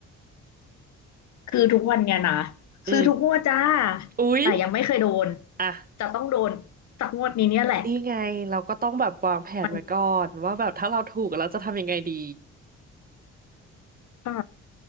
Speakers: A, on the left; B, on the right.
A: คือทุกวันเนี่ยนะ
B: อืม
A: ซื้อทุกงวดจ้า
B: อุ๊ย
A: แต่ยังไม่เคยโดน
B: อ่ะ
A: จะต้องโดนสักงวดนี้เนี่ยแหละ
B: นี่ไงเราก็ต้องแบบวางแผนไว้ก่อนว่าแบบถ้าเราถูกเราจะทำยังไงดี
A: มันก็